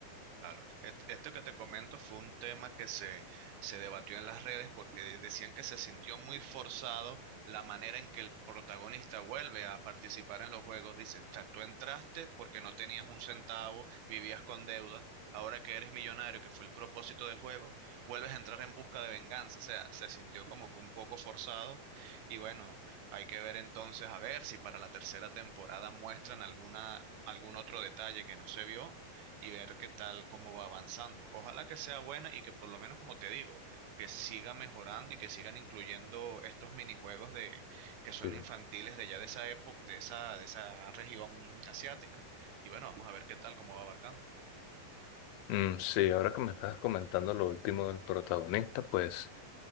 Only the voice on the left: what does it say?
Sí.
Mm, sí, ahora que me estás comentando lo último del protagonista, pues